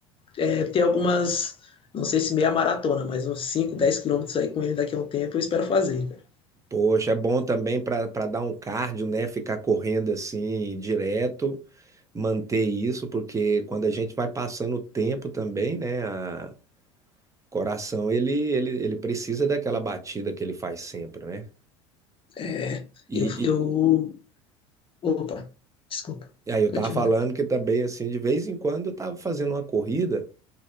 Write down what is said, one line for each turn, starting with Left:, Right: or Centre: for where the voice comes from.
Left: é, ter algumas, não sei se meia maratona, mas uns cinco, dez quilômetros aí com ele daqui a um tempo. Eu espero fazer, cara.
Right: poxa, é bom também para para dar um cardio, né? Ficar correndo assim direto, manter isso, porque quando a gente vai passando o tempo também, né? a- o coração ele, ele, ele precisa daquela batida que ele faz sempre, né?
Left: É,
Right: E,
Left: eu, eu. Opa, desculpa.
Right: E aí eu
Left: Continua.
Right: tava falando que também, assim, de vez em quando eu tava fazendo uma corrida,